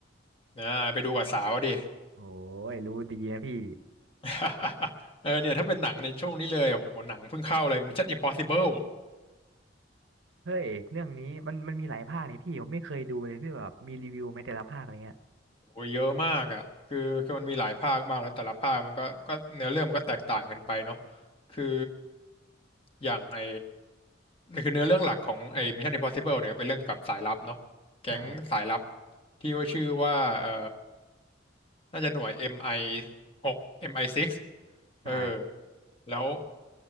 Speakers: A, on the left; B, on the right.
A: อ่าไปดูกับสาวดิ
B: ๆโอ้ยรู้ดีนะพี่
A: <laughs> เออเนี่ยถ้าเป็นหนังในช่วงนี้เลยโหหนังเพิ่งเข้าเลย Mission Impossible
B: เฮ้ยเรื่องนี้มันมันมีหลายภาคนี่พี่ผมไม่เคยดูเลยพี่แบบมีรีวิวไหมแต่ละภาคอะไรเงี้ย
A: โหเยอะมากอ่ะคือคือมันมีหลายภาคมากแล้วแต่ละภาคมันก็ก็เนื้อเรื่องมันก็แตกต่างกันไปเนาะคืออย่างไอคือเนื้อเรื่องหลักของไอ Mission Impossible เนี่ยก็เป็นเรื่องเกี่ยวกับสายลับเนาะแก๊งสายลับ
B: ใช่
A: ที่ว่าชื่อว่าเออน่าจะหน่วย MI 6 MI 6เอมไอหกเออ
B: ใช่
A: แล้ว